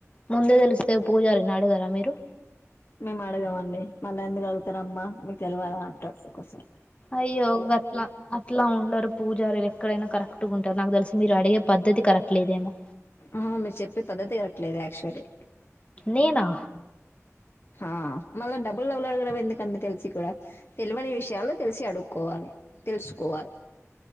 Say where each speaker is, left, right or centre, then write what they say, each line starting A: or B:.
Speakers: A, on the left; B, on the left.
A: ముందే తెలిస్తే పూజారని అడుగరా మీరు
B: మేము అడగమండి మళ్ళీ ఎందుకు అడుగుతారమ్మ మీకు తెల్వదా అంటారు ఒకోసారి
A: అయ్యో గట్లా అట్లా ఉండరు పూజారు ఎక్కడైనా కరెక్ట్గా ఉంటారు నాకు తెలిసి మీరు అడిగే పద్ధతి కరెక్ట్ లేదేమో
B: ఆ మీర్ చెప్పే పద్దతే అట్ ట్లేద్ అక్చ్యువల్లీ
A: నేనా
B: ఆ మళ్ళ డబ్బుల్ లవలవలడుగ ఎందుకు అని తెలిసి కూడా తెలివని విషయాల్లో తెలిసి అడుగు కోవాలి తెలుసుకోవాలి